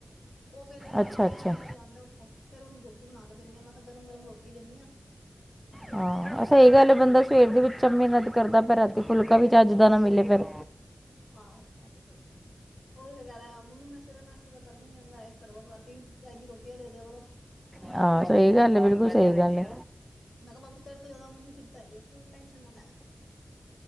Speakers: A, on the left; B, in the centre.
A: ਓ ਫੇਰ ਆਂਦਾ
B: ਅੱਛਾ ਅੱਛਾ
A: ਬਾਰਾਂ ਵਜੇ ਆਂਦਾ ਓਥੋ ਫੇਰ ਓਨੂੰ ਰੋਟੀ ਬਨਾ ਕੇ ਦੇਂਨੀ ਆ ਮੈਂ ਹਾ ਗਰਮ-ਗਰਮ ਰੋਟੀ ਦੇਂਨੀ ਆ
B: ਆ
A: ਹਾਂ
B: ਸਈ ਗੱਲ ਏ ਬੰਦਾ ਸਵੇਰ ਦੇ ਵਿੱਚ ਐਮੀ ਮੈਨਤ ਕਰਦਾ ਪੇਆ ਰਾਤੀ ਫੁਲਕਾ ਵੀ ਚਜ ਦਾ ਨਾ ਮਿਲੇ ਫੇਰ
A: ਆਹੋ ਓ ਤਾਂ ਕੈਲਾ ਮੰਮੀ ਮੈਂ ਸਵੇਰੇ ਨਾਸ਼ਤਾ ਤਾਂ ਕਰਕੇ ਨੀ ਜਾਂਦਾ ਘਟੋ ਘੱਟੀ ਰਾਤੀ ਚਜ ਦੀ ਰੋਟੀ ਦਾ ਦੇ ਦੇਆ ਕਰੋ।
B: ਆ ਸਈ ਗੱਲ ਐ ਬੇਲਕੁਲ ਸਈ ਗੱਲ ਐ।
A: ਮੈਂ ਕੇਆ ਮਾਮੂ ਤੇਰੇ ਤੋਂ ਹੈਗਾ ਮੈਨੋ ਚ ਹੈਗੀ ਤੂੰ ਟੈਨਸ਼ਨ ਨਾਂ ਲੈ